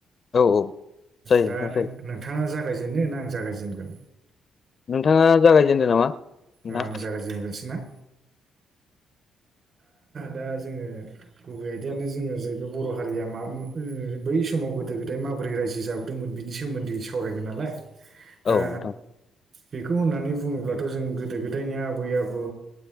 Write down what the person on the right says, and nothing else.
दा
नोंथाङा जागायजेननो आं जागायजेनगोन?
औ आंनो जायागाजेग्रोसै ना? दा जोङो गुबै आयदायानो जोङो जाहैबाय बर' हारिया मा ओ बै समाव गोदो-गोदाय माबोरै रायजो जाबोदोंमोन बिनि सोमोन्दै सावरायगोन नालाय दा
बेखौ होननानै बुङोब्लाथ' जों गोदो-गोदायनि आबै- आबौ,